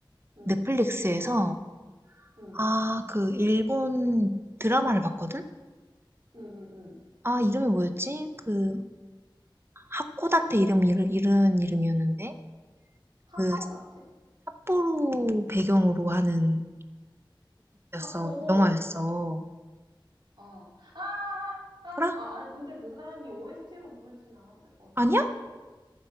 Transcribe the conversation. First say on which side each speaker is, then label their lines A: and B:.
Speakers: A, on the right; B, on the right.
A: 응,
B: 넷플릭스에서
A: 응,
B: 아, 그 일본 드라마를 봤거든?
A: 응, 응, 응.
B: 아, 이름이 뭐였지? 그 하코다테 이름, 이름, 이런 이름이었는데?
A: 하코다테?
B: 그 삿포로 배경으로 하는
A: 삿포로?
B: 였어. 영화였어.
A: 어. 아, 아, 아,
B: 알아?
A: 아, 아, 근데 그 사람이 OST로 부르진 않았을 것
B: 아니야?
A: 같은데.